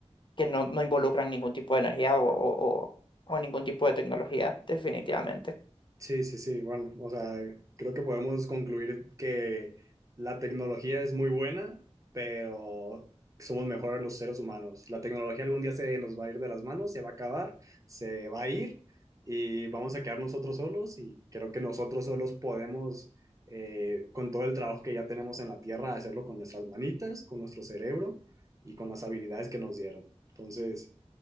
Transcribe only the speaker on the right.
Sí, sí, sí, bueno, o sea, creo que podemos concluir que la tecnología es muy buena, pero somos mejores los seres humanos. La tecnología algún día se nos va a ir de las manos, se va a acabar, se va a ir y vamos a quedar nosotros solos y creo que nosotros solos podemos, eh, con todo el trabajo que ya tenemos en la tierra, hacerlo con nuestras manitas, con nuestro cerebro y con las habilidades que nos dieron. Entonces,